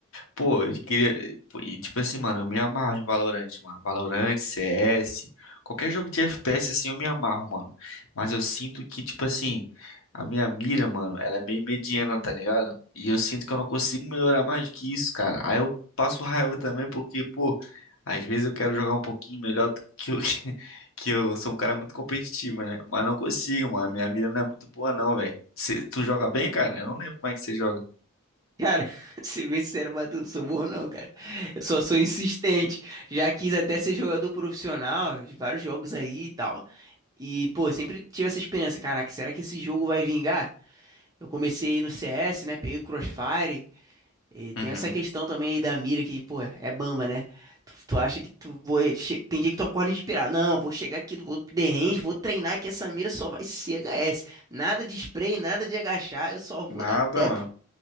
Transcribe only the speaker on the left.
Pô, eu queria. pô, E tipo assim, mano, eu me amarro em Valorant, mano. Valorant, CS, qualquer jogo de FPS assim eu me amarro, mano. Mas eu sinto que, tipo assim, a minha mira, mano, ela é meio mediana, tá ligado? E eu sinto que eu não consigo melhorar mais do que isso, cara. Aí eu passo raiva também porque, pô, às vezes eu quero jogar um pouquinho melhor do que eu, <laughs> que eu sou um cara muito competitivo, né? Mas não consigo, mano. Minha mira não é muito boa, não, velho. Cê- Tu joga bem, cara? Eu não lembro como é que você joga.
Uhum.
Nada,
mano.